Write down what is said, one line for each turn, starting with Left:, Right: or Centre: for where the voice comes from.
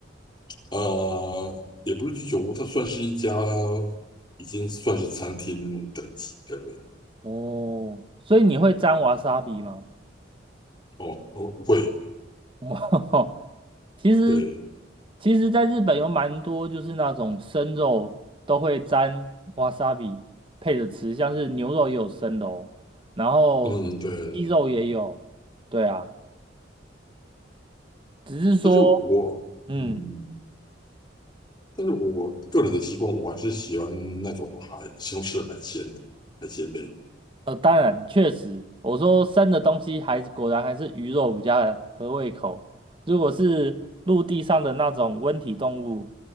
Left: 呃，也不是居酒屋，它算是一家已经算是餐厅等级的了。
Right: 哦，所以你会沾瓦萨比吗？
Left: 哦，哦，会，
Right: 哇，<laughs> 其实
Left: 对，
Right: 其实在日本有蛮多就是那种生肉都会沾 wasabi 配着吃，像是牛肉也有生的哦，然后
Left: 嗯，对。
Right: 鸡肉也有，对啊，只是说，
Left: 但是我嗯，
Right: 嗯，
Left: 但是我个人的习惯，我还是喜欢那种海西红柿海鲜的海鲜类
Right: 呃，当然确实，我说生的东西还是果然还是鱼肉比较合胃口，如果是陆地上的那种温体动物，